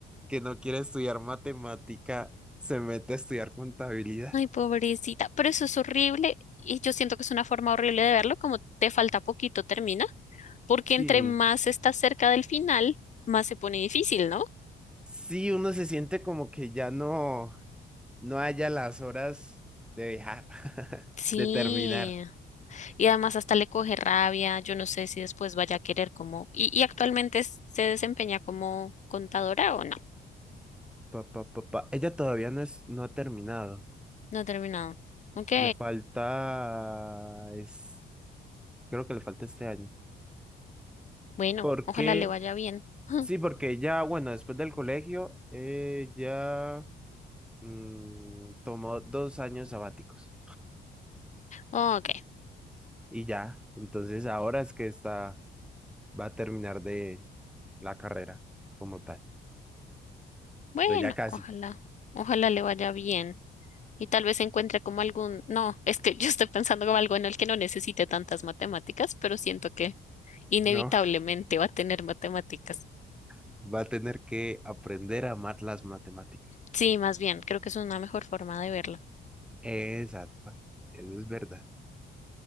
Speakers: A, in the centre; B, on the left (about 35°).
A: que no quiere estudiar matemática se mete a estudiar contabilidad?
B: Ay, pobrecita, pero eso es horrible y yo siento que es una forma horrible de verlo, como te falta poquito, termina, porque
A: Sí.
B: entre más estás cerca del final, más se pone difícil, ¿no?
A: Sí, uno se siente como que ya no, no haya las horas de dejar,
B: Sí,
A: <laughs> de terminar.
B: y además hasta le coge rabia, yo no sé si después vaya a querer como, y, y actualmente es- se desempeña como contadora o no,
A: Pa, pa, pa, pa. Ella todavía no es, no ha terminado.
B: no ha terminado. Ok,
A: Le falta, es, creo que le falta este año.
B: bueno,
A: Porque,
B: ojalá le vaya bien. <laughs>
A: sí, porque ya, bueno, después del colegio, eh, ya mm, tomó dos años sabáticos
B: Ok,
A: y ya, entonces ahora es que está, va a terminar de la carrera como tal,
B: bueno,
A: pero ya casi,
B: ojalá, ojalá le vaya bien. Y tal vez encuentre como algún, no, es que <laughs> yo estoy pensando como algo en el que no necesite tantas matemáticas, pero siento que inevitablemente
A: ¿no?
B: va a tener matemáticas.
A: <laughs> Va a tener que aprender a amar las matemáticas.
B: Sí, más bien, creo que es una mejor forma de verlo.
A: Exacto, eso es verdad.